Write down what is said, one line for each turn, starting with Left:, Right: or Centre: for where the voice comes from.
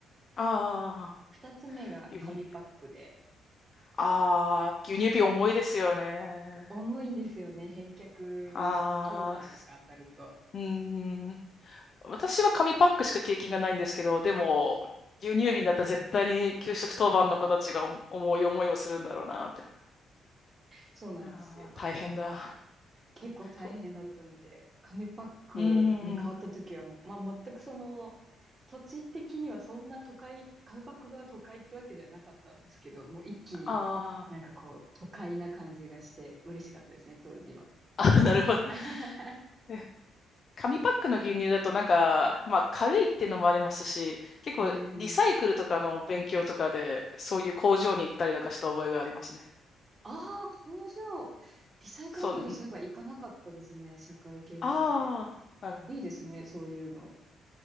Left: ああ、
Right: 二つ目が紙パックで、
Left: 牛乳瓶。ああ、牛乳瓶重いですよね。
Right: 重いんですよね。返却の当番とか当たると。
Left: ああ、うーん。私は紙パックしか経験がないんですけど、でも、牛乳瓶だったら絶対に給食当番の子たちが重重い思いをするんだろうなって。
Right: そうなんですよ。
Left: いやー、大変だ。
Right: 結構大変だったので、
Left: そう。
Right: 紙パックに変わった時はもう、
Left: うーん。
Right: まあ全くその、土地的にはそんな都会、紙パックが都会ってわけではなかったんですけど、もう一気になんかこう、
Left: あー
Right: 都会な感じがして嬉しかったですね、当時は。
Left: あ、<laughs> なるほど。
Right: <laughs>
Left: え紙パックの牛乳だとなんか、まあ軽いっていうのもありますし、結構リサイクルとかの勉強とかで、
Right: うん。
Left: そういう工場に行ったりとかした覚えがありますね。
Right: ああ、工場。リサイクル工場、
Left: そう。
Right: そういえば行かなかったですね。社会見学で。
Left: ああ、なるほど。
Right: いいですね、そういうの。